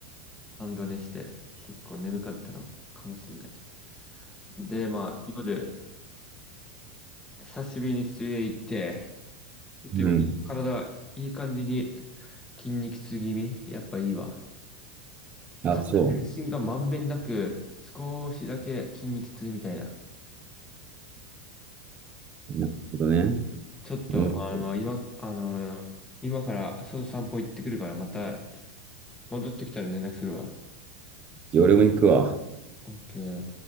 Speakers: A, on the left (about 15°); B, on the right (about 30°).
A: 半ド寝して、結構眠かったのかもしれない。で、まあ、夜、久しぶりに水泳行って、ちょっと今、
B: ん。うん。
A: ちょっと体、いい感じに筋肉痛気味。やっぱいいわ。
B: あ、
A: 体全身がまんべんなく、
B: そ
A: 少しだけ筋肉痛みたいな。
B: う。なるほどね。
A: ちょっと、
B: 面白い。
A: まあ、あの、今、あの、今から外散歩行ってくるから、また戻ってきたら連絡するわ。
B: 俺も行くわ。
A: OK。